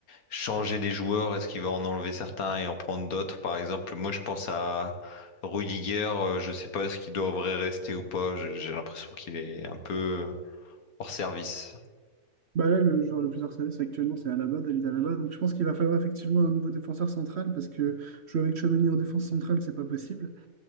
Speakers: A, on the left; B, on the right.
A: changer des joueurs? Est-ce qu'il va en enlever certains et en prendre d'autres? Par exemple, moi, je pense à Rudiger. euh, Je sais pas ce qu'il devrait rester ou pas. Je- J'ai l'impression qu'il est un peu hors service.
B: Bah là, le joueur le plus harcelé, c'est actuellement, c'est Alaba, David Alaba. Donc je pense qu'il va falloir effectivement un nouveau défenseur central parce que jouer avec Tchouaméni en défense centrale, c'est pas possible.